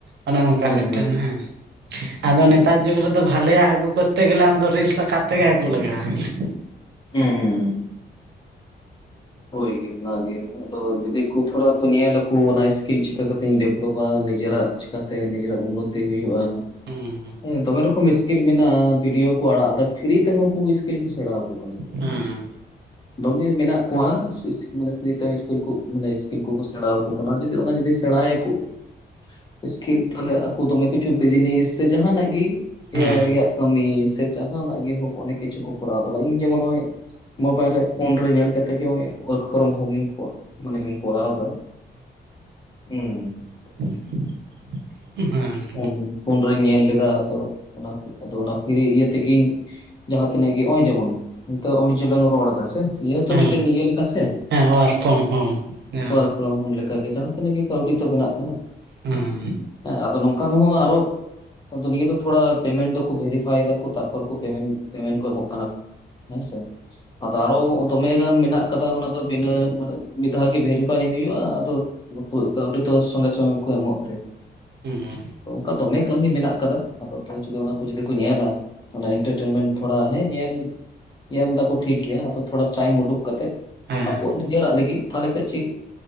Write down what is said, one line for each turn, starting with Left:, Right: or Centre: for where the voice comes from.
Right: ᱚᱱᱮ ᱚᱱᱠᱟ
Left: ᱦᱳᱭ
Right: ᱢᱤᱫᱴᱮᱱ
Left: ᱦᱳᱭ
Right: ᱦᱮᱸ ᱟᱫᱚ ᱱᱮᱛᱟᱨ ᱡᱩᱜᱽ ᱨᱮᱫᱚ ᱫᱚ ᱵᱷᱟᱞᱮᱭᱟᱼᱜ ᱟᱹᱜᱩ ᱠᱚᱨᱛᱮ ᱜᱮᱞᱮ ᱟᱢᱫᱚ ᱨᱤᱞᱥ ᱟᱠᱟᱨ ᱛᱮᱜᱮ ᱟᱹᱜᱩ ᱞᱟᱜᱟ ᱢᱮᱭᱟ᱾
Left: ᱦᱩᱸ ᱦᱳᱭ ᱜᱮ ᱚᱱᱟ ᱜᱮ ᱱᱟᱜ ᱾ ᱟᱫᱚ ᱡᱩᱫᱤ ᱠᱚ ᱛᱷᱚᱲᱟ ᱠᱚ ᱧᱮᱞᱟᱠᱚ ᱚᱱᱟ ᱥᱠᱤᱱ ᱪᱮᱠᱟ ᱠᱟᱛᱮᱧ ᱰᱮᱵᱷᱞᱚᱯᱟ ᱱᱤᱡᱮᱨᱟᱜ ᱪᱷᱮ ᱹᱹᱹ ᱠᱟᱛᱮ ᱱᱤᱡᱮᱨᱟᱜ ᱩᱱᱱᱚᱛᱤ ᱦᱩᱭᱩᱜᱼᱟ ᱾
Right: ᱝᱚᱸᱻᱹᱹᱹ ᱾
Left: ᱦᱮᱸ ᱫᱚᱢᱮ ᱨᱚᱠᱚᱢ ᱤᱥᱠᱤᱞ ᱢᱮᱱᱟᱜᱼᱟ ᱵᱷᱤᱰᱭᱳ ᱠᱚ ᱟᱲᱟᱜ ᱮᱫᱟ ᱯᱷᱤᱨᱤ ᱛᱮᱦᱚᱸ ᱠᱩ ᱤᱥᱠᱤᱞ ᱠᱩ ᱥᱮᱸᱬᱟ ᱹᱹᱹ ᱚᱠᱟ ᱠᱟᱛᱮ
Right: ᱦᱩᱸ
Left: ᱫᱚᱢᱮ ᱢᱮᱱᱟᱜ ᱠᱚᱣᱟ ᱢᱟᱱᱮ ᱯᱷᱨᱤ ᱛᱮ ᱤᱥᱠᱩᱞ ᱠᱚ ᱹᱹᱹ ᱢᱟᱱᱮ ᱥᱠᱤᱞ ᱠᱚᱠᱚ ᱥᱮᱸᱬᱟ ᱟᱠᱚ ᱠᱟᱱᱟ ᱡᱩᱫᱤ ᱚᱱᱟ ᱡᱩᱫᱤ ᱥᱮᱸᱬᱟᱭᱟᱠᱚ ᱹᱹ ᱹ ᱤᱥᱠᱤᱞ ᱛᱟᱦᱚᱞᱮ ᱟᱠᱚ ᱫᱚᱢᱮ ᱠᱤᱪᱷᱩ ᱵᱤᱡᱽᱱᱤᱥ ᱥᱮ ᱡᱟᱦᱱᱟᱜ ᱜᱮ
Right: ᱦᱩᱸ
Left: ᱮᱟᱭᱟᱭ ᱨᱮᱭᱟᱜ ᱠᱟᱹᱢᱤ ᱥᱮ ᱹᱹᱹ ᱡᱟᱦᱱᱟᱜ ᱜᱮ ᱦᱳᱠ ᱚᱱᱮᱠ ᱠᱤᱪᱷᱩ ᱠᱚ ᱠᱚᱨᱟᱣ ᱫᱟᱲᱮᱭᱟᱜ-ᱟ ᱤᱧ ᱡᱮᱢᱚᱱ ᱱᱚᱜ ᱚᱭ ᱢᱳᱵᱟᱭᱤᱞ ᱨᱮ ᱯᱷᱳᱱ ᱨᱮ ᱧᱮᱞ ᱠᱟᱛᱮ ᱛᱮᱜᱮ ᱱᱚᱜᱚᱭ ᱚᱛᱠᱷᱚᱝ ᱵᱷᱩᱢᱤᱦᱤᱱ ᱠᱚᱣ-ᱟᱜ ᱢᱟᱱᱮ ᱞᱤᱧ ᱠᱚᱨᱟᱣ ᱫᱟ ᱦᱩᱸ ᱾
Right: ᱰᱷᱟᱹᱼ ᱠᱩᱲᱻᱦᱮᱸ ᱾
Left: ᱩᱱ ᱩᱱᱨᱤᱧ ᱧᱮᱞ ᱞᱮᱫᱟ ᱟᱫᱚ ᱚᱱᱟ ᱟᱫᱚ ᱚᱱᱟ ᱯᱤᱤᱨ ᱤᱭᱟᱹ ᱛᱮᱜᱤᱧ ᱹᱹᱹ ᱡᱟᱦᱟᱸᱛᱤᱱᱟᱹᱜ ᱜᱮ ᱱᱚᱜ ᱚᱭ ᱡᱮᱢᱚᱱ ᱱᱤᱛᱚᱜ ᱚᱱᱮ ᱡᱮᱞᱟᱝ ᱨᱚᱲ ᱮᱫᱟ ᱥᱮ ᱾ ᱱᱤᱭᱟᱹ ᱛᱚ
Right: ᱦᱮᱸ
Left: ᱢᱤᱫᱴᱮᱱ ᱤᱭᱟᱹ ᱞᱮᱠᱟ ᱥᱮ
Right: ᱦᱮᱸ ᱳᱣᱟᱨᱠ ᱯᱷᱨᱚᱢ ᱦᱳᱢ ᱧᱟᱢ
Left: ᱠᱚᱭᱠᱨᱚᱢᱚᱱ ᱞᱮᱠᱹᱹᱹ ᱠᱟᱜᱮ ᱡᱟᱦᱟᱸ ᱛᱤᱱᱟᱹᱜ ᱜᱮ ᱠᱟᱹᱣᱰᱤ ᱛᱚ ᱵᱮᱱᱟᱜ ᱠᱟᱱᱟ
Right: ᱦᱮᱸ
Left: ᱾ ᱦᱮᱸ ᱱᱚᱝᱠᱟᱱ ᱦᱚᱸ ᱟᱨᱚ ᱹᱹᱹ ᱟᱫᱚ ᱱᱤᱭᱟᱹ ᱫᱚ ᱛᱷᱚᱲᱟ ᱯᱮᱢᱮᱱᱴ ᱫᱚᱠᱚ ᱵᱷᱮᱨᱤᱯᱷᱟᱭ ᱫᱟᱠᱚ ᱛᱟᱨᱯᱚᱨ ᱠᱚ ᱯᱮᱼ ᱢᱮᱱᱴ ᱯᱮᱢᱮᱱᱴ ᱠᱚ ᱮᱢᱚᱜ ᱠᱟᱱᱟ ᱾ ᱦᱮᱸ ᱥᱮ? ᱟᱫᱚ ᱟᱨᱚ ᱫᱚᱢᱮ ᱜᱟᱱ ᱢᱮᱱᱟᱜ ᱠᱟᱫᱟ ᱚᱱᱟ ᱫᱚ ᱵᱤᱱᱟᱹ ᱢᱤᱫ ᱫᱷᱟᱣ ᱜᱮ ᱵᱷᱮᱨᱤᱯᱷᱟᱭ ᱦᱩᱭᱩᱜᱼᱟ ᱾ᱟᱫᱚ ᱹᱹᱹᱹ ᱵᱟᱠᱠᱚ ᱦᱩᱭᱩᱜ ᱠᱷᱟᱡ ᱚᱸᱰᱮᱛᱚ ᱥᱚᱝᱜᱮ ᱥᱚᱝᱜᱮ ᱠᱚ ᱮᱢᱚᱜ ᱛᱮ ᱹᱹᱹ
Right: ᱢᱚᱸᱻᱸ
Left: ᱛᱚ, ᱚᱱᱠᱟ ᱫᱚᱢᱮ ᱠᱟᱹᱢᱤ ᱢᱮᱱᱟᱜ ᱟᱠᱟᱫᱟ ᱟᱫᱚ ᱡᱩᱫᱤ ᱚᱱᱟ ᱠᱚ ᱡᱩᱫᱤ ᱠᱚ ᱧᱮᱞᱟ? ᱚᱱᱟ ᱮᱱᱴᱮᱴᱱᱢᱮᱱ ᱛᱷᱚᱲᱟᱸ ᱦᱮ ᱧᱮᱞ ᱧᱮᱞ ᱫᱟᱠᱚ ᱴᱷᱤᱠ ᱜᱮᱭᱟ ᱟᱫᱚ ᱛᱷᱚᱲᱟ ᱴᱟᱭᱤᱢ ᱳᱸᱰᱩᱳᱠ ᱠᱟᱛᱮ ᱾
Right: ᱦᱮᱸ
Left: ᱟᱠᱚᱣᱟᱜ ᱱᱤᱡᱮᱨᱟᱜ ᱞᱟᱹᱜᱤᱫ ᱛᱟᱦᱞᱮ ᱠᱷᱟᱱ ᱪᱮᱫ,